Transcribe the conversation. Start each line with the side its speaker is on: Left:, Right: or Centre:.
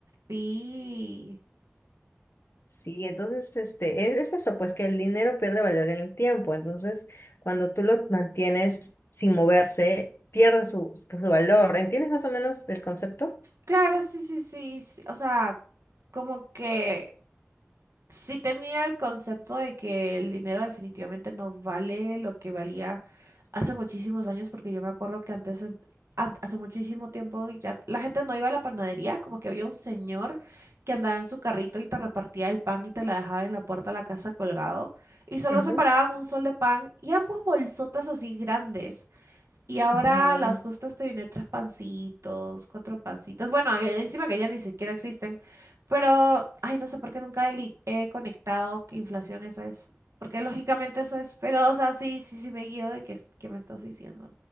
Right: sí.
Left: Sí, entonces este, es, es eso, pues que el dinero pierde valor en el tiempo. Entonces, cuando tú lo mantienes sin moverse, pierde su, su valor. ¿Entiendes más o menos el concepto?
Right: Claro, sí, sí, sí, sí, O sea, como que sí tenía el concepto de que el dinero definitivamente no vale lo que valía hace muchísimos años, porque yo me acuerdo que antes, en- an- hace muchísimo tiempo, ya la gente no iba a la panadería, como que había un señor que andaba en su carrito y te repartía el pan y te la dejaba en la puerta de la casa colgado, y solo
Left: Ujú,
Right: separaban un sol de pan y eran pues bolsotas así grandes. Y ahora
Left: ujú.
Right: a las justas te viene tres pancitos, cuatro pancitos. Bueno, eh, encima que ya ni siquiera existen. Pero, ay, no sé por qué nunca he, li- he conectado que inflación eso es. Porque lógicamente eso es. Pero, o sea, sí, sí, sí me guío de qué, es- qué me estás diciendo.